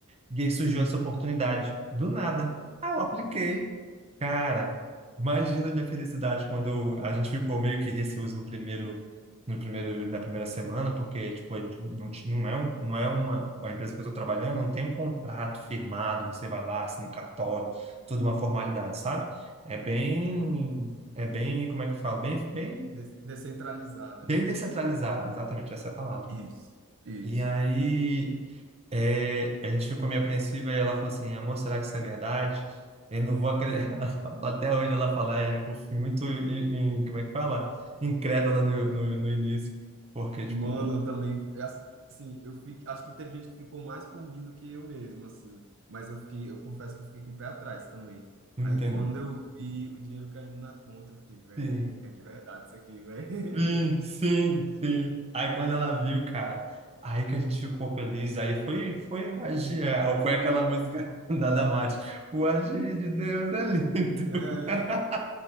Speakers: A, on the right; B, on the right.
A: E aí surgiu essa oportunidade, do nada. Aí eu apliquei. Cara, imagina a minha felicidade quando eu- a gente ficou meio que receoso no primeiro, no primeiro, na primeira semana, porque, tipo, a gente não, ti- não é, um- não é uma, a empresa que eu estou trabalhando não tem um contrato firmado, você vai lá, assina um cartório, toda uma formalidade, sabe? É bem,
B: Sim.
A: é bem, como é que eu falo? Bem, bem,
B: De- Descentralizada,
A: bem
B: né?
A: descentralizado, exatamente, essa é a palavra.
B: Isso, isso.
A: E aí, é, a gente ficou meio apreensiva e ela falou assim, amor, será que isso é verdade? Eu não vou acreditar. <laughs> Ela fala- Até hoje ela fala, "É, eu fui muito, in- in- como é que fala? Incrédula no, no, no início, porque, tipo,
B: Mano, eu também, é ass- assim, eu fico, acho que teve gente que ficou mais por mim do que eu mesmo, assim. Mas eu fiquei, eu confesso que eu fiquei com o pé atrás também.
A: não
B: Aí
A: entendo.
B: quando eu vi o dinheiro caindo na conta, eu fiquei, véi,
A: Sim,
B: é de verdade isso aqui, véi. <laughs>
A: sim, sim, sim. Aí quando ela viu, cara, aí que a gente ficou feliz, aí foi, foi o agir, é, foi aquela música <laughs> da Damares, o agir de Deus é lindo.
B: É.
A: <laughs>